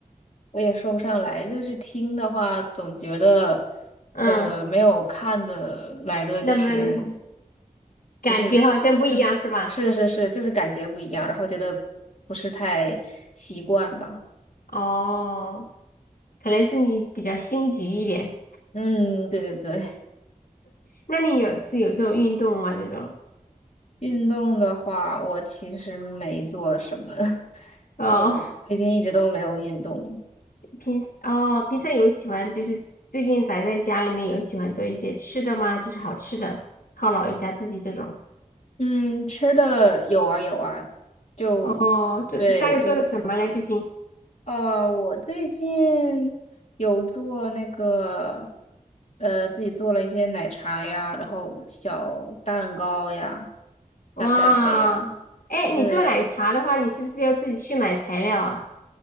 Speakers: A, on the left; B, on the left.
A: 我也说不上来，就是听的话，总觉得
B: 嗯，
A: 呃没有看的来的就是
B: 那么
A: 就是
B: 感觉好像不一样是吧？
A: 是是是，就是感觉不一样，然后觉得不是太习惯吧。
B: 哦。可能是你比较心急一点。
A: 嗯，对对对，
B: 那你有是有这种运动吗？这种
A: 运动的话，我其实没做什么，<laughs>
B: 哦，
A: 就最近一直都没有运动。
B: 平哦平常有喜欢就是最近宅在家里面有喜欢做一些吃的吗？就是好吃的犒劳一下自己这种。
A: 嗯，吃的有啊有啊，就对，
B: 哦，做大概做的什么嘞？
A: 就
B: 最近
A: 呃，我最近有做那个，呃，自己做了一些奶茶呀，然后小蛋糕呀，
B: 哇，
A: 大概这样。
B: 哎，
A: 对，
B: 你做奶茶的话，你是不是要自己去买材料啊？